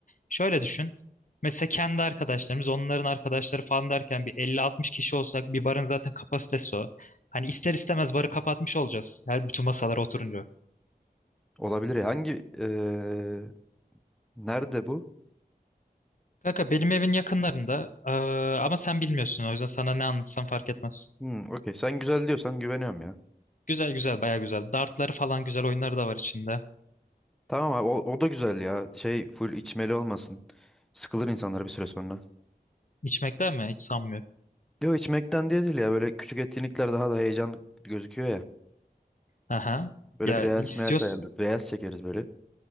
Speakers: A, on the left; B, in the centre.
A: şöyle düşün. Mesela kendi arkadaşlarımız, onların arkadaşları falan derken bir elli altmış kişi olsak bir barın zaten kapasitesi o. Hani ister istemez barı kapatmış olacağız. Her bütün masalara oturunca.
B: Olabilir ya. Hangi eee, nerede bu?
A: Kanka benim evin yakınlarında eee, ama sen bilmiyorsun o yüzden sana ne anlatsam fark etmez.
B: Hmm, okey. Sen güzel diyorsan güveniyorum ya.
A: Güzel güzel baya güzel. Dartları falan güzel oyunları da var içinde.
B: Tamam abi o, o da güzel ya. Şey full içmeli olmasın. Sıkılır insanlar bir süre sonra.
A: İçmekler mi? Hiç sanmıyorum.
B: Yok içmekten değil değil ya böyle küçük etkinlikler daha da heyecan gözüküyor ya.
A: Aha.
B: Böyle
A: Ya
B: bir reels
A: istiyorsun.
B: meyels ayarlı. Reels çekeriz böyle.